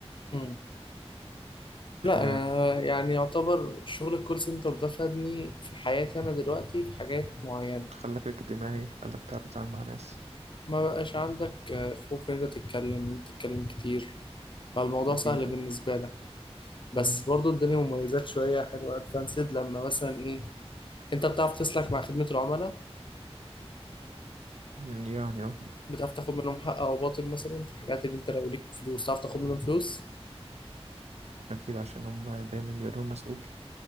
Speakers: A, on the left; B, on the right.
A: مم. لا
B: ف
A: انا يعني يعتبر شغل الكول سنتر ده فادني في حياتي انا دلوقتي في حاجات معينة
B: خلاك اجتماعي خلاك تعرف تتعامل مع ناس
A: ما بقاش عندك آه، خوف ان انت تتكلم إن أنت تتكلم كتير فالموضوع
B: اكيد
A: سهل
B: اه
A: بالنسبة لك بس
B: مم.
A: برضو الدنيا مميزات شوية حلوة ادفانسد لما مثلا ايه انت بتعرف تسلك مع خدمة العملاء
B: مم، يعني اه
A: بتعرف تاخد منهم حق او باطل مثلا في حاجات اللي انت لو ليك فلوس تعرف تاخد منهم فلوس
B: اكيد عشان هم دايما بيقولوا مسؤول